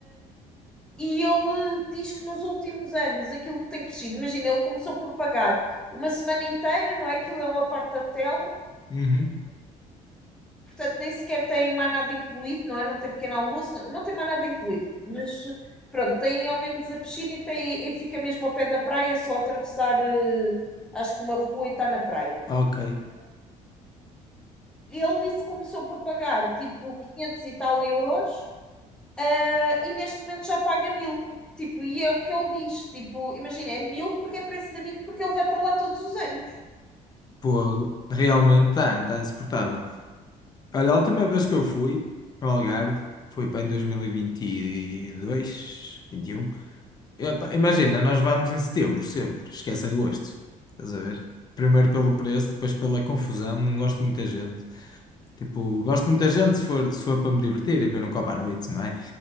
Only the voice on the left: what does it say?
Uhum.
Ok.
Pô, realmente está, está insuportável. Olha, a última vez que eu fui ao Algarve foi para em 2022, 21. E, vinte e dois, vinte e um. E, pá, imagina, nós vamos em setembro sempre, esquece agosto. Estás a ver? Primeiro pelo preço, depois pela confusão, não gosto de muita gente. Tipo, gosto de muita gente se for, se for para me divertir e ver um copo à noite, não é?